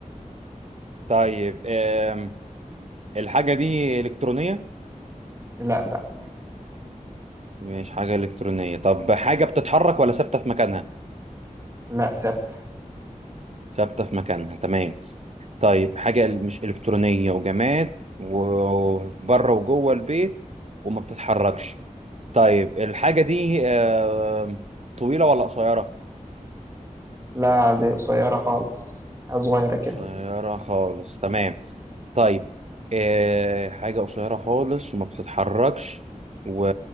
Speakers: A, on the right; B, on the right.
A: طيب إيه الحاجة دي إلكترونية
B: لا لا
A: مش حاجة إلكترونية طب حاجة بتتحرك ولا ثابتة في مكانها
B: لا ثابتة
A: ثابتة في مكانها تمام طيب حاجة مش إلكترونية وجماد وبره وجوه البيت وما بتتحركش طيب الحاجة دي آه، طويلة ولا قصيرة؟
B: لا دي قصيرة خالص حاجة صغيرة كده
A: قصيرة خالص تمام طيب آه، حاجة قصيرة خالص وما بتتحركش و...